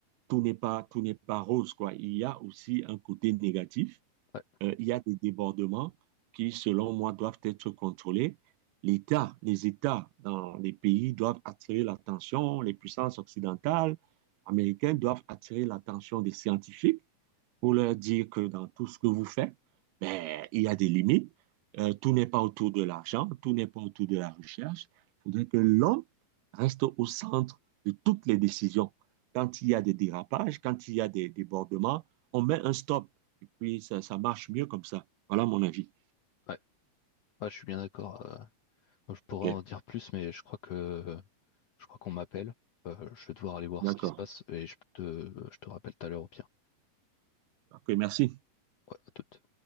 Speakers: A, on the right; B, on the left.
A: tout n'est pas, tout n'est pas rose, quoi. Il y a aussi un côté négatif
B: Ouais,
A: euh, il y a des débordements qui, selon moi, doivent être contrôlés. L'État, les États dans les pays doivent attirer l'attention, les puissances occidentales, américaines doivent attirer l'attention des scientifiques pour leur dire que dans tout ce que vous faites, ben, il y a des limites. Euh, tout n'est pas autour de l'argent, tout n'est pas autour de la recherche. Il faudrait que l'homme reste au centre de toutes les décisions. Quand il y a des dérapages, quand il y a des débordements, on met un stop. Et puis, ça, ça marche mieux comme ça. Voilà mon avis.
B: ouais, ouais, je suis bien d'accord. euh. Moi, je pourrais
A: OK,
B: en dire plus, mais je crois que je crois qu'on m'appelle. Euh, je vais devoir aller voir
A: d'accord.
B: ce qui se passe et je te, je te rappelle tout à l'heure au pire.
A: OK, merci.
B: Ouais, à toute.